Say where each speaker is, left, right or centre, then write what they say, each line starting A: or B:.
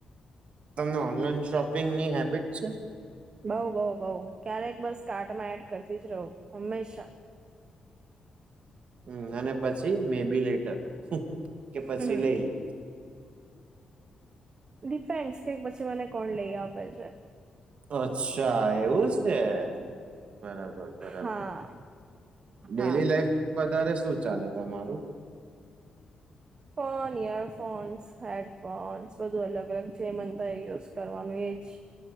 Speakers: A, on the right; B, on the right.
A: તમને ઓનલાઈન શોપિંગની હેબિટ છે?
B: બઉ-બઉ-બઉ ક્યારેક બસ કાર્ટમાં એડ કરતી જ રહું હંમેશા.
A: હમ્મ અને પછી મેબીલેટર. કે પછી
B: હમ
A: લઈ લે.
B: ડિપેન્ડસ કે પછી મને કોણ લઈ આપે છે.
A: અચ્છા એવું છે. બરાબર બરાબર
B: હા
A: ડેલી
B: હા.
A: લાઈફ વધારેમાં તારે શું ચાલે તમારું?
B: ફોન, ઈયરફોન્સ, હેડફોન્સ બધું અલગ અલગ જે મન થાય એ યુઝ કરવાનું એજ.